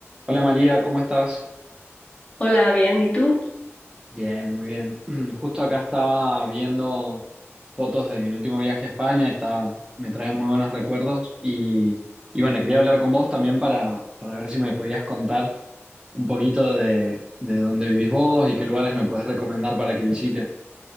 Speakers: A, on the right (about 20°); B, on the left (about 25°).
A: Hola María, ¿cómo estás?
B: Hola, bien, ¿y tú?
A: Bien, muy bien. <clears throat> Justo acá estaba viendo fotos de mi último viaje a España y estaba, me trae muy buenos recuerdos y, y bueno, quería hablar con vos también para, para ver si me podías contar un poquito de, de dónde vivís vos y qué lugares me podés recomendar para que visite.